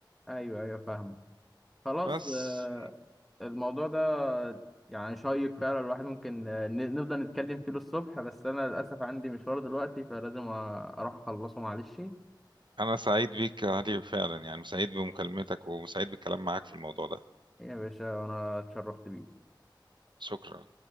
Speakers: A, in the centre; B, on the right.
A: ايوه ايوه فاهم خلاص
B: بس
A: آه، الموضوع ده يعني شيق فعلا الواحد ممكن آه، ن- نفضل نتكلم فيه للصبح بس انا للاسف عندي مشوار دلوقتي فلازم أ- اروح اخلصه معلش
B: انا سعيد بيك يا علي فعلا يعني سعيد بمكالمتك وسعيد بالكلام معاك في الموضوع ده
A: يا باشا وانا اتشرفت بيه
B: شكرا